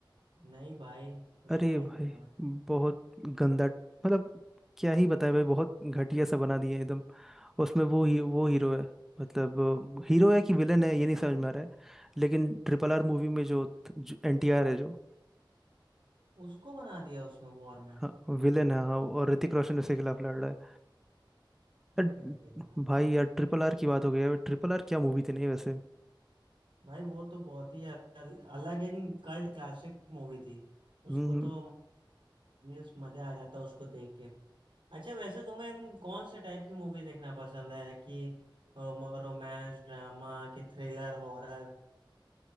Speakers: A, on the right (about 75°); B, in the centre.
A: नहीं भाई उसका
B: अरे
A: नहीं
B: भाई
A: देखा मैं
B: बहुत गंदा मतलब क्या ही बताएं भाई बहुत घटिया सा बना दिए हैं एकदम उसमें वो ही वो हीरो है मतलब हीरो है कि विलन है ये नहीं समझ में आ रहा है लेकिन ट्रिपल आर मूवी में जो एन टी आर है जो
A: उसको बना दिया उसमें वॉर में
B: हाँ विलन है हाँ और ऋतिक रोशन उसके खिलाफ लड़ रहा है
A: अरे
B: यार,
A: यार
B: भाई यार ट्रिपल आर की बात हो गई है ट्रिपल आर क्या मूवी थी नहीं वैसे
A: भाई वो तो बहुत ही अल, अलग एक कल्ट क्लासिक मूवी थी
B: हम्म
A: उसको तो मीन्स मजा आ जाता उसको देख के अच्छा वैसे तुम्हें कौन से टाइप की मूवी देखना पसंद है कि रोमांस ड्रामा कि थ्रिलर हॉरर